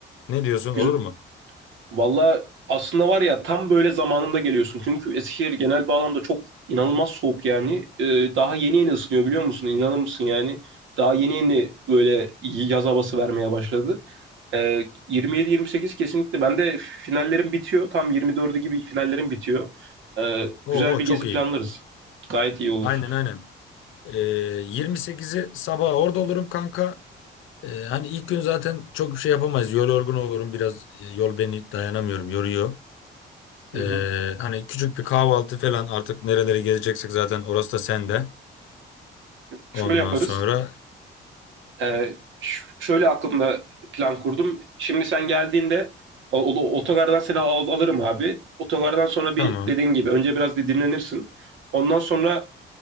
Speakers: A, on the left; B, on the right.
A: Ne diyorsun
B: Güzel.
A: olur mu?
B: Valla aslında var ya tam böyle zamanında geliyorsun. Çünkü Eskişehir genel bağlamda çok inanılmaz soğuk yani. Ee, daha yeni yeni ısınıyor biliyor musun? İnanır mısın yani? Daha yeni yeni böyle yaz havası vermeye başladı. Ee, 27-28 kesinlikle. Ben de finallerim bitiyor. Tam 24'ü gibi finallerim bitiyor. Ee,
A: Oo
B: güzel bir
A: çok
B: gezi
A: iyi.
B: planlarız. Gayet iyi olur.
A: Aynen aynen. E, 28'i sabaha orada olurum kanka. Ee, hani ilk gün zaten çok bir şey yapamayız. Yol yorgun olurum biraz. e, Yol beni dayanamıyorum, yoruyor.
B: Hı
A: Ee,
B: hı.
A: hani küçük bir kahvaltı falan artık nerelere gezeceksek zaten orası da sende.
B: Şöyle
A: Ondan
B: yaparız.
A: sonra
B: Ee, ş- şöyle aklımda plan kurdum. Şimdi sen geldiğinde o, o- otogardan seni al- alırım abi. Otogardan sonra bir
A: tamam.
B: dediğin gibi önce biraz bir dinlenirsin. Ondan sonra